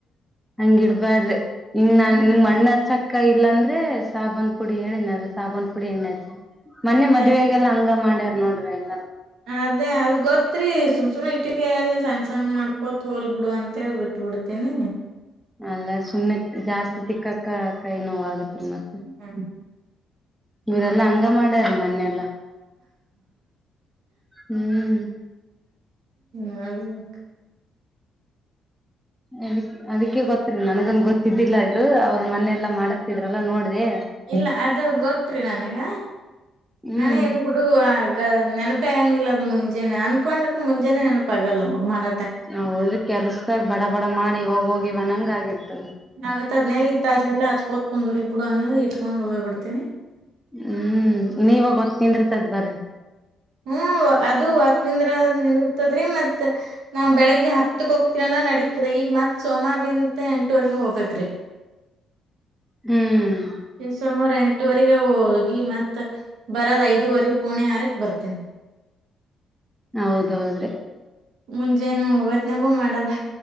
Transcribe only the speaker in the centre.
ಅಂಗಡಿ ಬ್ಯಾಡ್ರಿ ಇನ್ ನಾನ್
ಇನ್ ಮಣ್ಣ ಹಚ್ಚಕ್ ಕೈ ಇಲ್ಲಾ ಅಂದ್ರೆ ಸಾಬಾನ್ ಪುಡಿ ಹೇಳನದ ಸಾಬನ್ ಪುಡಿ ಎಣ್ಣೆತ್ರಿ ಮೊನ್ನೆ
ಮದ್ವೆೆಗೆಲ್ಲ ಹಂಗ ಮಾಡ್ಯಾರ್ ನೋಡ್ರಿ ಎಲ್ಲಾರ
ಅಲ್ಲ ಸುಮ್ಮನೆಕ್ ಜಾಸ್ತಿ ತಿಕ್ಕಕ್ಕ ಕೈ ನೋ ಆಗತ್ ಮತ್ತೆ
ಇರೆಲ್ಲಾ ಹಂಗ ಮಾಡ್ಯಾರ ಮೊನ್ನೆಲ್ಲ ಹ್ಮ್
ಅದಿ ಅದಕ್ಕೆ ಗೊತ್ತರಿ ನನಗನ್ ಗೊತ್ತಿದ್ದಿಲ್ಲ ಇದು ಅವ್ರ ಮನೆ ಎಲ್ಲಾ ಮಾಡತಿದ್ರಲ್ಲ ನೋಡ್ರಿ
ಹ್ಮ್
ನಾ ಹೋದ್ರಿ ಕೆಲ್ಸದಾಗ ಬಡ ಬಡ ಮಾಡಿ ಹೋಗಿ ಹೋಗಿವನಂಗ ಆಗಿರ್ತದೆ
ಹ್ಮ್ ನೀವಾಗೊತ್ತ್ ತಿಂದಿತದ್ ಬರ್ರಿ
ಹ್ಮ್
ಹೌದೌದ್ರಿ